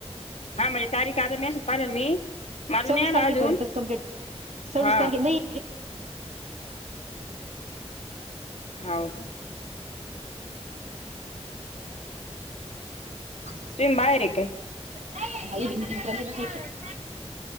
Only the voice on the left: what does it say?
हा म्हणजे तारीख आल नाही, मेसेज पाहिले न मी. मला
नाही आला
अजून
हा
हाव का
टीम बाहेर आहे काय?